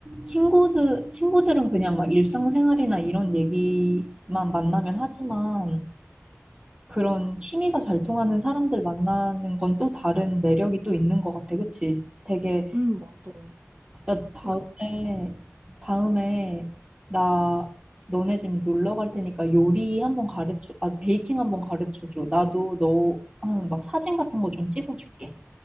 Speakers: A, on the right; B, on the right.
A: 친구들, 친구들은 그냥 막 일상생활이나 이런 얘기만 만나면 하지만 그런 취미가 잘 통하는 사람들 만나는 건 또 다른 매력이 또 있는 것 같아. 그치? 되게
B: 응, 맞아.
A: 야, 다음에,
B: 그러니까
A: 다음에, 나 너네 집 놀러 갈 테니까 요리 한번 가르쳐, 아, 베이킹 한번 가르쳐 줘. 나도 너, 아, 막 사진 같은 거 좀 찍어줄게.